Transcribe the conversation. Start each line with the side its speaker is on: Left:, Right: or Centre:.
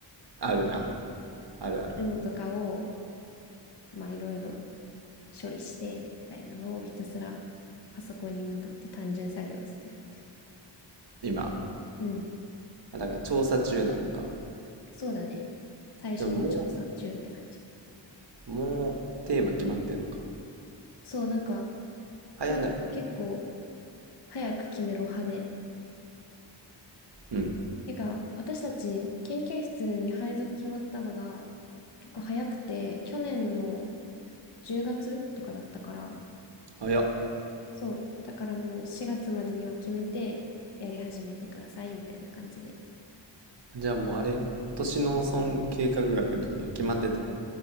Right: あるな。あるある。
Left: そういうのとかを、まあいろいろ処理して、みたいなのをひたすらパソコンに向かって単純作業をずっとやってる。
Right: 今。
Left: うん、
Right: あ、だから調査中なんか。
Left: そうだね。最初の調査中って感じ。
Right: でももう、もうテーマ決まってんのか。
Left: そう、なんか
Right: 早ない。
Left: 教授が結構早く決めろ派で。
Right: うん。
Left: てか、私たち研究室に配属決まったのが結構早くて、去年の10月とかだったから、
Right: 早っ。
Left: そう。だからもう4月までには決めて、やり始めてください、みたいな感じで。
Right: じゃあもうあれ、都市農村計画学の時には決まってた。